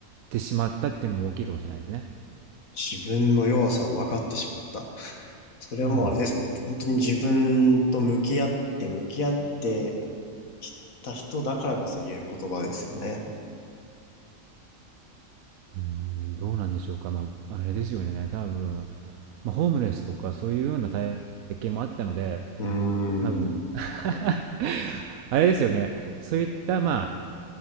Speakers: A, on the right (about 80°); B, on the left (about 75°).
A: てしまったっていうのも大きいかもしれないですね。
B: 自分の弱さを分かってしまった。それはもうあれですね。
A: うん。
B: もう本当に自分と向き合って、向き合って、知った人だからこそ言える言葉ですよね。
A: うん、どうなんでしょうか。まあ、あれですよね。多分、まあ、ホームレスとかそういうような体験もあったので、
B: うーん。
A: 多分、<laughs> あれですよね。そういった、まあ、